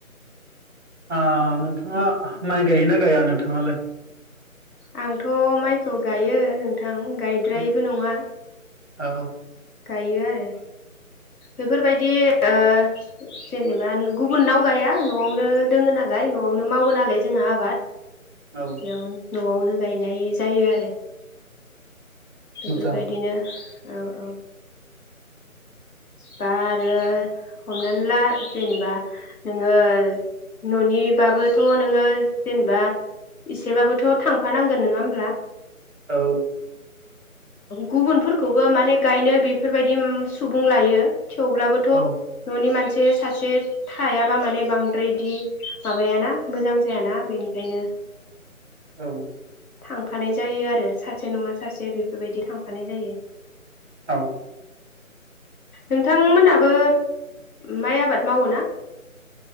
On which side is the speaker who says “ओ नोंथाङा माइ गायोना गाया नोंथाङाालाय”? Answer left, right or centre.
Right